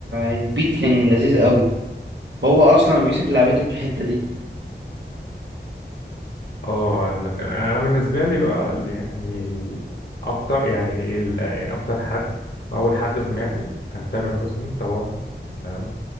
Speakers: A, on the right; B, on the left.
A: البيت كان لذيذ قوي هو اصلا ابو يوسف لعبته في الحتة دي
B: اه يعني لك انا أنا بالنسبه لي بقى يعني اكتر يعني ال... يعني اكتر حد اول حد سمعته كان تامر حسني طبعا تمام